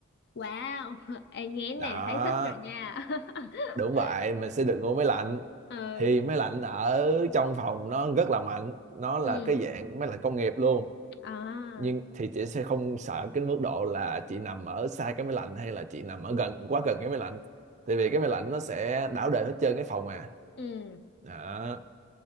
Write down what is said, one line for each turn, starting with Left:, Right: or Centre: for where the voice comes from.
Left: wow <laughs> em nghe cái
Right: đó
Left: này là thấy thích rồi nha <laughs>
Right: đúng vậy mình sẽ được ngủ máy lạnh
Left: ừ
Right: thì máy lạnh ở trong phòng nó rất là mạnh nó là
Left: ừ
Right: cái dạng máy lạnh công nghiệp luôn
Left: à
Right: nhưng thì chị sẽ không sợ cái mức độ là chị nằm ở xa cái máy lạnh hay là chị nằm ở gần quá gần cái máy lạnh tại vì cái máy lạnh nó sẽ đảo đời hết trơn cái phòng à
Left: ừ
Right: đó